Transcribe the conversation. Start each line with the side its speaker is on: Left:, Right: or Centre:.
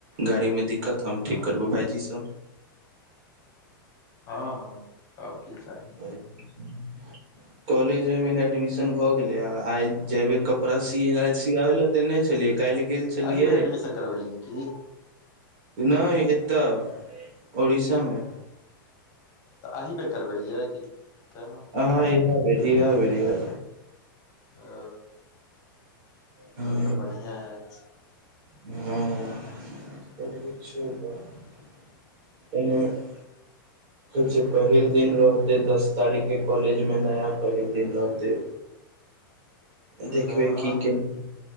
Right: गाड़ी मे दिक्कत हम
Left: हँ
Right: ठीक करबौ भाइजी सब
Left: हँ हँ तब कि चाही
Right: <inaudible> कॉलेजमे म एडमिशन भऽ गेलै आइ जेबै कपड़ा सिना सीयाबै लए देने छलियै काल्हि गेल छलियै
Left: अ ही बेर एडमिशन करबेलहीं की
Right: नहि एतऽ उड़ीसामे
Left: तऽ अही बेर करबेलियै क केमे
Right: ह इएह बेर इएह बेर इएह
Left: ओ
Right: हँ
Left: तऽ तऽ बढ़िआँ अछि
Right: हँ छै पहिल दिन रहते दस तारीख के कॉलेज मे नया पहिल दिन रहते
Left: ह
Right: देखबे
Left: न
Right: की केना